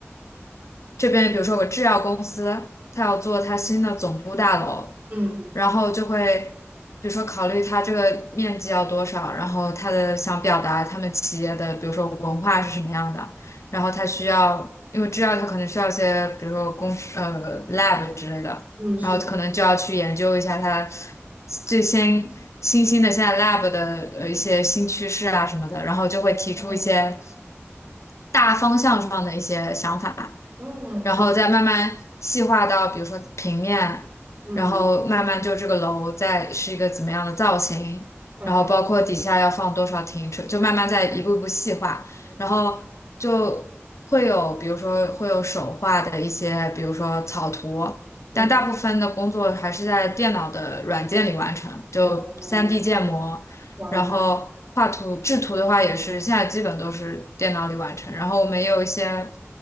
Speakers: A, on the left (about 80°); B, on the right (about 35°).
A: 这边比如说有个制药公司，它要做它新的总部大楼，
B: 嗯
A: 然后就会比如说考虑它这个面积要多少，然后它的想表达他们企业的比如说文化是什么样的，然后它需要，因为制药它可能需要一些比如说工呃 lab 之类的，
B: 嗯，是的。
A: 然后可能就要去研究一下它最新新兴的现在 lab 的呃一些新趋势啊什么的，然后就会提出一些
B: 哦，
A: 大方向上的一些想法。
B: 嗯，
A: 然后再慢慢细化到，
B: 是的，
A: 比如说平面，
B: 嗯
A: 然后慢慢就这个楼再是一个怎么样的造型，
B: 啊，
A: 然后包括底下要放多少停车，就慢慢再一步一步细化，
B: 嗯
A: 然后就会有，比如说会有手画的一些，比如说草图，
B: 嗯，
A: 但大部分的工作还是在电脑的软件里完成，就
B: 哦，
A: 3D 建模。
B: 哇，
A: 然后画图制图的话也是现在基本都是电脑里完成。然后我们也有一些